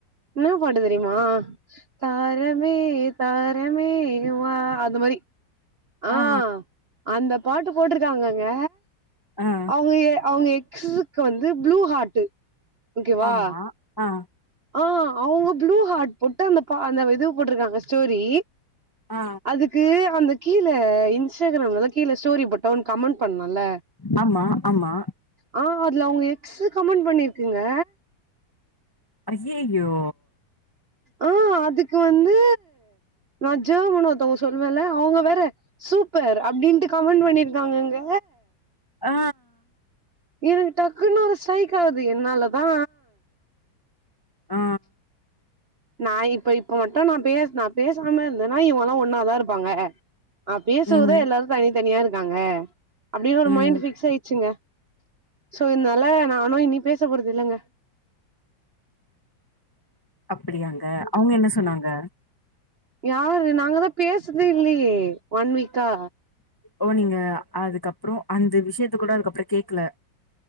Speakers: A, on the right; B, on the left.
A: னா பாட்டு தெரியுமா தாரமே தாரமே வா அது மாரி ஆ
B: அஆ
A: அந்த பாட்டு போட்ருக்காங்கங்க
B: ஆ
A: அவங்குஏ அவங்க எக்ஸுஸுக் க்கு வந்து ப்ளூ ஹாட்டு ஒகேவா
B: ஆமா ஆ
A: ஆ அவங்க ப்ளூ ஹாட் போட்டு அந்த பா அந்த இதுவ் போட்ருக்காங்க ஸ்டோரி
B: ஆ
A: அதுக்கு அந்த கீழ இன்ஸ்டாக்ராம்லல்லா கீழ ஸ்டோரி போட்டவுன் கமெண் பண்ணல்ல
B: ஆமா ஆமா
A: ஆ அதுல உங்க எக்ஸ் கமெண்ட் பண்ணிருக்குங்க
B: ஐயையோ
A: ஆ அதுக்கு வந்து நா ஜமுன்னு ஒருத்தவங்க சொல்லுவேல அவங் வேற சூப்பர் அப்டின்ட்டு கமெண்ட் பண்ணிருக்காங்கங்க
B: ஆ
A: எனக்கு டக்குன்னு ஒரு ஸ்டைக் ஆகுது என்னாலதா
B: ஆ
A: நா இப்ப இப்ப மட்டு நா பேச நா பேசாம இருந்தேனா இவுங்க எல்லா ஒன்னாதா இருப்பாங்க அ பேசுவதா
B: ம்
A: எல்லாரும் தனி தனியா இருக்காங்க அப்டினு ஒரு
B: ம்
A: மைண்ட் பிக்ஸ் ஆயிச்சுங்க சோ இதனால நானு இனி பேச போறது இல்லங்க
B: அப்படி யாங்க அவுங்க என்ன சொன்னாங்க
A: யாரு நாங்க தா பேசுறதே இல்லையே ஒன் வீக்கா
B: ஓ நீங்க அதுக்கப்புறோ அந்த விஷயத்த கூட அதுக்கப்புற கேக்கல